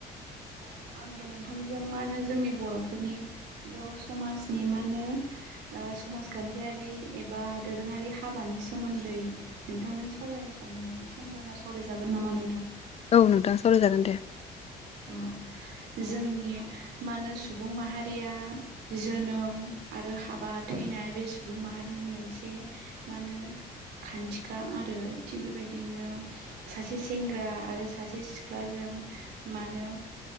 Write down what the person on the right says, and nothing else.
अ आंबो नोंथांजों मा होनो जोंनि बर'फोरनि बर' समाजनि मानो ओ समाजखान्थियारि एबा दोरोङारि हाबानि सोमोन्दै नोंथांजों सावरायनो सानदोंमोन सम दंबा सावरायजागोन नामा नोंथां?
अ जोंनि मा होनो सुबुं माहारिया जोनोम आरो हाबा थैनाय बे सुबुं माहारिनि मोनसे मा होनो खान्थिखा आरो थिग बेबायदिनो सासे सेंग्रा आरो सासे सिख्लाजों मा होनो